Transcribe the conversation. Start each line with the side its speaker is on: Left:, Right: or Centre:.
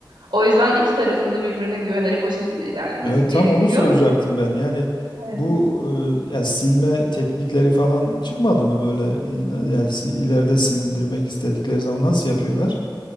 Right: O yüzden iki tarafında birbirine güvenerek o şekilde ilerlemesi
Left: Evet,
Right: gerekiyor.
Left: tam onu soracaktım ben. Yani
Right: Evet.
Left: bu e, yani silme teknikleri falan çıkmadı mı böyle e, na- yani si- ileride sildirmek istedikleri zaman nasıl yapıyorlar?